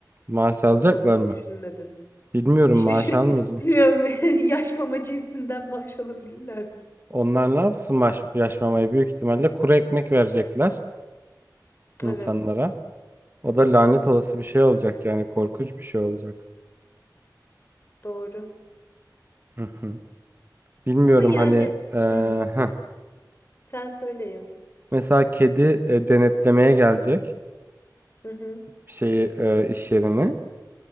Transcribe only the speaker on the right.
Maaş alacaklar
mı?
Bilmiyorum
maaş
almayız.
Onlar ne yapsın maaş yaşmamayı büyük ihtimalle kuru ekmek verecekler insanlara.
O da lanet olası bir şey olacak yani korkunç bir şey olacak.
Hı hı. Bilmiyorum
hani e,
heh.
mesela kedi e, denetlemeye gelecek
bir şeyi e, iş yerini.